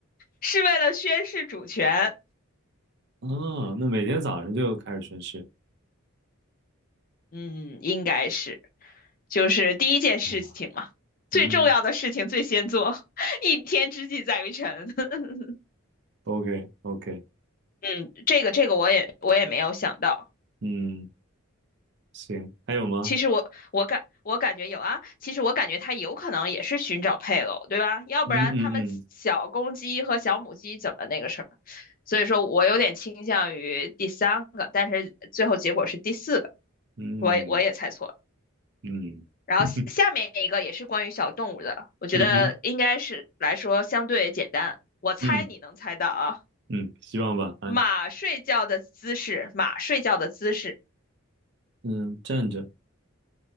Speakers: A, on the left; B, on the right.
A: 是为了宣誓主权。
B: 哦，那每天早上就开始宣誓，
A: 嗯，应该是，就是第一件事情嘛，
B: 哇，
A: 最重要的事情最先做，
B: 嗯
A: <laughs> 一天之计在于晨。<laughs>
B: ，OK OK，
A: 嗯，这个这个我也我也没有想到。
B: 嗯，行，还有吗？
A: 其实我我感我感觉有啊，其实我感觉它有可能也是寻找配偶，对吧？要不然他们小公鸡和小母鸡怎么那个什么？
B: 嗯嗯
A: 所以说我有点倾向于第三个，但是最后结果是第四个，
B: 嗯嗯
A: 我也我也猜错了。
B: 嗯，
A: 然后下下面一个也是关于小动物的，
B: <laughs>
A: 我觉得应该是来说相对简单，
B: 嗯哼，
A: 我猜你能猜到啊。
B: 嗯嗯，希望吧，啊，
A: 马睡觉的姿势，马睡觉的姿势。
B: 嗯，站着